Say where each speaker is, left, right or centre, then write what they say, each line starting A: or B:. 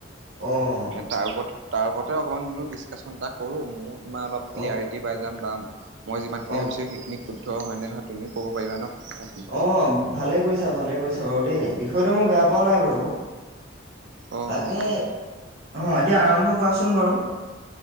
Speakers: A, on the right (about 55°); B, on the right (about 70°).
A: অ অ
B: তাৰ ওপৰত তাৰ ওপৰতে অকমান বোলো ডিচকাশচন এটা কৰো ময়ো তোমাৰ অলপ ক্লিয়াৰটি
A: অ
B: পাই যাম বা মই যিখিনি
A: অ
B: ভাৱিছো খিনি শুদ্ধ হয় নহয় তুমি কৱ' পাৰিবা ন কথাখিনি
A: অ ভালে কৰিছা ভালে কৰিছা বাৰু দেই বিষয়টো মই বেয়া পোৱা নাই বাৰু
B: অ
A: তাকে অঁ
B: অ অ
A: এতিয়া আৰম্ভ কৰাচোন বাৰু